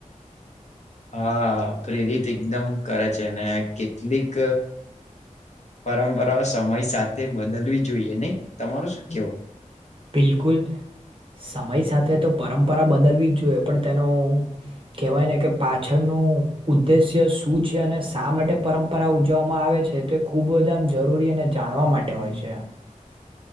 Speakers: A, on the left; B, on the right.
A: હા પ્રેરિત એકદમ કરે છે, ને કેટલીક પરંપરાઓ સમય સાથે બદલવી જોઈએ નહીં? તમારું શું કેવું?
B: બિલકુલ. સમય સાથે તો પરંપરા બદલવી જ જોઈએ, પણ તેનો કહેવાય ને કે પાછળનું ઉદ્દેશ્ય શું છે? અને શા માટે પરંપરા ઉજવવામાં આવે છે? તે ખૂબ જ આમ જરૂરી અને જાણવા માટે હોય છે.